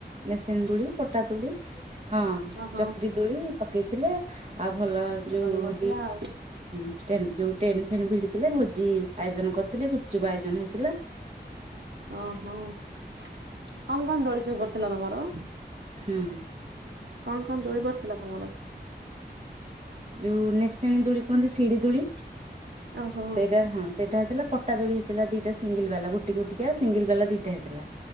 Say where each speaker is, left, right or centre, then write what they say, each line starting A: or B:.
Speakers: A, on the right; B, on the right.
A: ନିଶାନି ଦୋଳି ପଟା ଦୋଳି। ହଁ
B: ଓହୋ
A: ଚକରିୀ ଦୋଳି ପକେଇଥିଲେ ଆଉ ଭଲ
B: ଏତେ
A: ଯୋଉ
B: ଦୋଳି ପଡିଥିଲା
A: ହଉଛି।
B: ଆଉ।
A: ହଁ ଷ୍ଟେନ ଯୋଉ ଟେଣ୍ଡ ଫେଣ୍ଡ ଭିଡି ଥିଲେ ଭୋଜି ଆୟୋଜନ କରିଥିଲେ ଗୁପଚୁପ ଆୟୋଜନ ହେଇଥିଲା।
B: ଓହୋ କଣ କଣ ଦୋଳି ସବୁ ପଡିଥିଲା ତମର।
A: ହୁଁ।
B: କଣ କଣ ଦୋଳିିପଡିଥିଲା ତମର।
A: ଯୋଉ ନେସାଣୀ ଦୋଳି କୁହନ୍ତି ସିଡି ଦୁଳି।
B: ଓହୋ
A: ସେଇଟା ହଁ ସେଇଟା ହେଇଥିଲା ପଟା ଦୋଳି ହେଇଥିଲା ଦିଟା ସିଙ୍ଗଲ ବାଲା ଗୋଟେ ଗୋଟିକା ସିଙ୍ଗଲ ବାଲା ଦିଟା ହେଇଥିଲା।